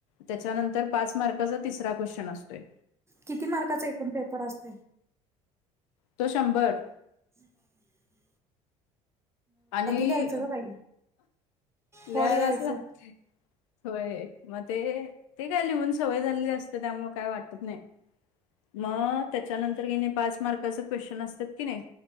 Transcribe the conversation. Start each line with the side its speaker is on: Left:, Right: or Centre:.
Left: त्यांच्यानंतर पांच मार्काचा तिसरा क्वेश्चन असतों यं
Right: किती मार्काचा एकूंण पेपर असतें
Left: तो शंभर
Right: आवांज येतं नाहीं
Left: आणि
Right: लिहायचं ग बाई
Left: लिहायंलांच
Right: थोडं यायचं
Left: लांगते होयं मंग ते ते कायं लिहूंन सवंय झालेली असतें त्यामुळें कायं वाटतं नाहीं मंग ते त्यांनंतर गेणे पांच मार्काच क्वेश्चन असतांत की नाहीं